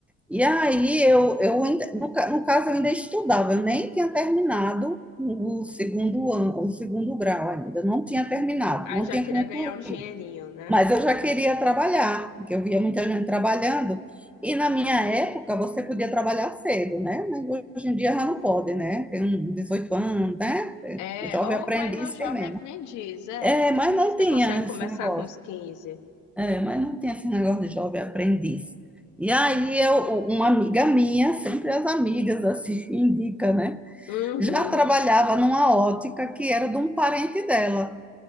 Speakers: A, in the centre; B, on the left.
A: E aí eu, eu ainda- no, ca- no caso, eu ainda estudava, eu nem tinha terminado o segundo ano, o segundo grau ainda, não tinha terminado,
B: Ah,
A: não
B: já
A: tinha
B: queria
A: concluído.
B: ganhar um dinheirinho, né?
A: Mas eu já queria trabalhar, porque eu via muita gente trabalhando, e na minha época você podia trabalhar cedo, né? Mas Hoje em dia já não pode, né? Tem um 18 anos, né?
B: É,
A: O Jovem
B: ou
A: aprendiz
B: vai no Jovem
A: tem menos.
B: Aprendiz, é.
A: É, mas não
B: Que você
A: tinha
B: consegue começar
A: esse negócio.
B: com os quinze.
A: É, mas não tem esse negócio de jovem aprendiz. E aí eu, uma amiga minha, sempre as amigas assim <laughs> indica, né?
B: Uhum.
A: Já trabalhava numa ótica que era de um parente dela.